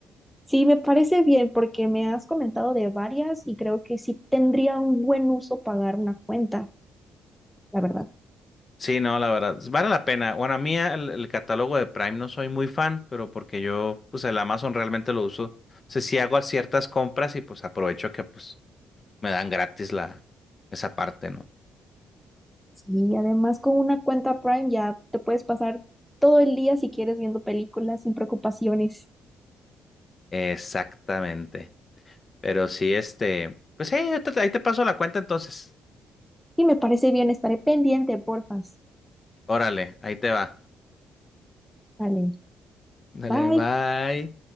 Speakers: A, in the centre; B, on the left (about 30°).
A: Sí, me parece bien porque me has comentado de varias y creo que sí tendría un buen uso pagar una cuenta, la verdad.
B: Sí, no, la verdad, vale la pena. Bueno, a mí el, el catálogo de Prime no soy muy fan, pero porque yo, pues el Amazon realmente lo uso. O sea, sí hago ciertas compras y pues aprovecho que pues me dan gratis la, esa parte, ¿no?
A: Sí, además con una cuenta Prime ya te puedes pasar todo el día si quieres viendo películas sin preocupaciones.
B: Exactamente. Pero sí, este, pues sí, ahí te ahí te paso la cuenta entonces.
A: Y me parece bien, estaré pendiente, porfas.
B: Órale, ahí te va.
A: Vale,
B: Dale,
A: bye.
B: bye.